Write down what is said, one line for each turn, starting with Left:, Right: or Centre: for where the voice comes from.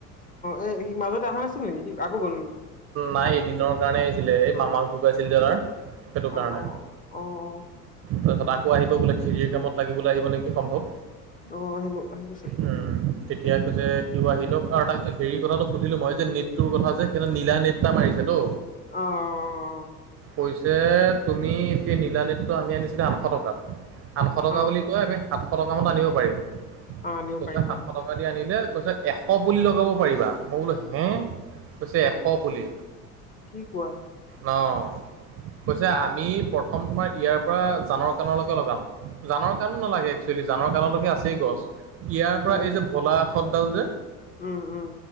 Left: এ সি মাজতে অহা নছিল নেকি গ'ল নেকি।
Right: নাই এদিনৰ কাৰণেই আহিছিলে এই মামাক ঢুকাইছিল যে তাৰ। সেইটো কাৰণে,
Left: অ', অ', অ',
Right: তাৰপিছত আ <unintelligible> আহিব বোলে খিৰিৰ কামত লাগিবলৈ আহিব নেকি সম্ভৱ।
Left: অ', আহিব আহিব চাগে
Right: উম, তেতিয়া কৈছে সিওঁ আহি লক আৰু তাক হেৰি কথাটো সু <unintelligible> মই যে নেটটোৰ কথা যে সেইনা নীলা নেটটা মাৰিছেতো।
Left: অ', অ',
Right: কৈছে তুমি এতি নীল নীতটো আমি আনিছিলোঁ আন আঠশ টকাত, আঠশ টকা
Left: অ',
Right: বুলি কয় আমি সাতশ টকা মানত আনিব পাৰিম।
Left: অ', আনিব
Right: কৈছা
Left: পাৰিম
Right: সাতশ
Left: অ',
Right: টকা দি আনিলে কৈছা এশ বুলি লগাব পাৰিবা মই বোলো হে, কৈছে এশ পুলি।
Left: কি কোৱা
Right: ন' কৈছে আমি প্ৰথম তোমাৰ ইয়াৰ পৰা জানৰ কাণলৈকে লগাম, জানৰ কাণো নালাগে এক <unintelligible> জানৰ কাললৈকে আছেই গছ। ইয়াৰ পৰা
Left: উম,
Right: এই যে বলা আঁহতডাল যে,
Left: উম, উম,